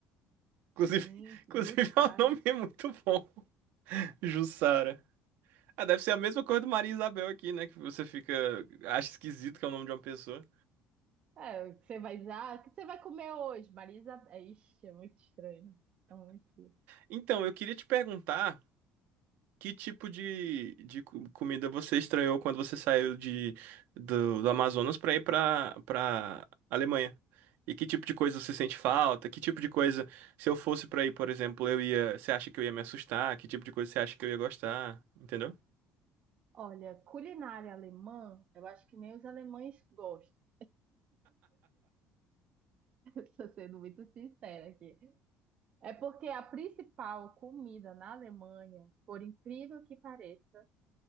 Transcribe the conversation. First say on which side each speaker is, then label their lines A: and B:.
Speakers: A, on the right (about 70°); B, on the right (about 35°).
A: inclusive,
B: Sim,
A: <laughs> inclusive
B: jussara.
A: é um nome muito bom. <laughs> Jussara. Ah, deve ser a mesma coisa do Maria Isabel aqui, né? Que você fica. Acha esquisito que é o nome de uma pessoa.
B: É, o que você vai dizer, ah, o que você vai comer hoje, Marisa? É, Ixi, é muito estranho. É muito. duro.
A: Então, eu queria te perguntar que tipo de, de co- comida você estranhou quando você saiu de, do, do Amazonas pra ir pra, pra Alemanha? E que tipo de coisa você sente falta? Que tipo de coisa, se eu fosse pra ir, por exemplo, eu ia. Você acha que eu ia me assustar? Que tipo de coisa você acha que eu ia gostar? Entendeu?
B: Olha, culinária alemã, eu acho que nem os alemães gostam. <laughs> Estou sendo muito sincera aqui. É porque a principal comida na Alemanha, por incrível que pareça,